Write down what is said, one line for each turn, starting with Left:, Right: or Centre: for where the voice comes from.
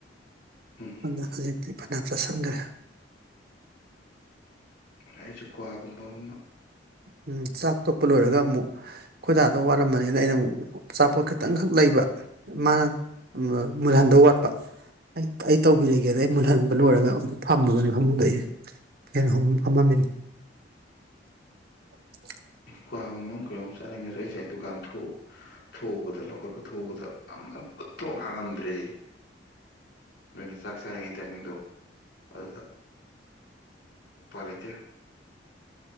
Left: ꯎꯝ
Right: ꯑꯗ ꯍꯧꯖꯤꯛꯇꯤ ꯐꯅꯌꯥꯝ ꯆꯥꯁꯤꯟꯈ꯭ꯔꯦ
Left: ꯑꯩꯁꯨ ꯀ꯭ꯋꯥꯒꯨꯝꯕ ꯑꯃ
Right: ꯎꯝ ꯆꯠ ꯊꯥꯛꯇꯣꯛꯄ ꯂꯣꯏꯔꯒ ꯑꯃꯨꯛ ꯈꯣꯏꯗꯥꯗ ꯋꯥꯠꯔꯝꯝꯕꯅꯤꯅ ꯑꯩꯅ ꯑꯃꯨꯛ ꯑꯆꯥꯄꯣꯠ ꯈꯤꯇꯪꯈꯛ ꯂꯩꯕ ꯃꯥꯅ ꯃꯨꯜꯍꯟꯗꯧ ꯋꯥꯠꯄ ꯑꯩ ꯑꯩ ꯇꯧꯕꯤꯔꯒꯦꯗ ꯑꯩ ꯃꯨꯜꯍꯟꯕ ꯂꯣꯏꯔꯒ ꯑꯃꯨꯛ ꯐꯝꯃꯕꯅꯤ ꯐꯃꯨꯡꯗ ꯑꯩꯁ ꯐꯦꯟ ꯍꯨꯝ ꯐꯝꯃꯝꯃꯤꯅꯤ <unintelligible>
Left: ꯀ꯭ꯋꯥꯒꯨꯝꯕ ꯑꯃ ꯀꯩꯅꯣꯝ ꯆꯥꯅꯤꯡꯉꯁꯨ ꯑꯩꯁꯦ ꯑꯩ ꯗꯨꯀꯥꯟ ꯊꯎꯧꯕꯗ ꯂꯧꯈꯠꯄ ꯊꯧꯕꯗ ꯑꯃ ꯊꯣꯛꯣꯡ ꯍꯥꯡꯉꯝꯗ꯭ꯔꯦ ꯅꯣꯏꯅ ꯆꯥꯛ ꯆꯥꯅꯤꯡꯉꯩ ꯇꯥꯏꯃꯤꯡꯗꯣ ꯑꯗꯨꯗ ꯎꯄꯥꯥ ꯂꯩꯇꯦ